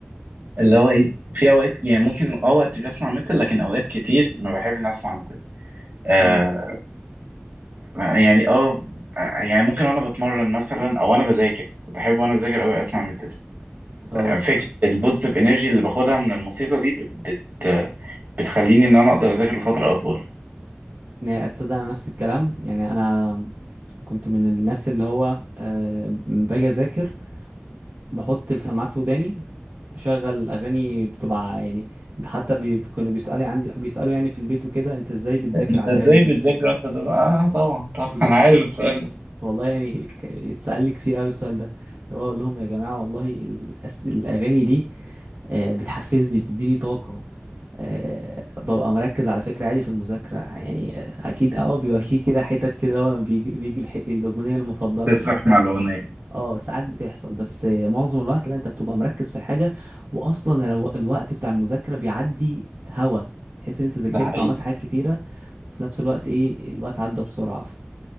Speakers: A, on the right (about 50°); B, on the right (about 70°).
A: اللي هو ايه في اوقات يعني ممكن اه وقت بسمع ميتال لكن اوقات كتير ما بحبش إني اسمع آه
B: مم.
A: يعني اه يعني ممكن وانا بتمرن مثلا او انا بذاكر كنت احب وانا بذاكر قوي اسمع ميتال
B: اه
A: فكره البوزيتيف انرجي اللي باخدها من الموسيقى دي بت بتخليني ان انا اقدر اذاكر لفتره اطول
B: يعني اتصدق انا نفس الكلام يعني انا كنت من الناس اللي هو آه، لما باجي اذاكر بحط السماعات في وداني اشغل اغاني بتبقى يعني حتى بي... كانوا بيسالوا عندي بيسالوا يعني في البيت وكده انت ازاي بتذاكر
A: انت
B: على
A: ازاي
B: الاغاني دي
A: بتذاكر وانت تز... اه طبعا طبعا
B: وب-
A: <laughs> انا عارف
B: و-
A: السؤال ده
B: والله يعني ك- اتسأل لي كتير قوي السؤال ده اللي هو اقول لهم يا جماعه والله الأس- الاغاني دي آه، بتحفزني بتديني طاقه آه، ببقى مركز على فكره عادي في المذاكره يعني آه، اكيد اه آه، بيبقى في كده حتت كده لما بيجي بيجي الح- الاغنيه المفضله
A: تسرح
B: بتاعتك
A: مع الأغنية
B: اه ساعات بتحصل بس آه، معظم الوقت لا انت بتبقى مركز في الحاجه واصلا الو- الوقت بتاع المذاكره بيعدي هوا تحس ان انت ذاكرت
A: ده حقيقي
B: وعملت حاجات كتيره وفي نفس الوقت ايه الوقت عدى بسرعه